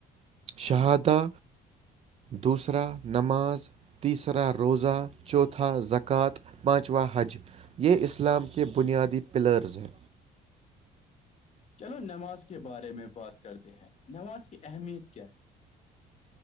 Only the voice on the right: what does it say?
شہادہ دوسرا نماز تیسرا روزہ چوتھا زکوۃ پانچواں حج یہ اسلام کے بنیادی پلرز ہیں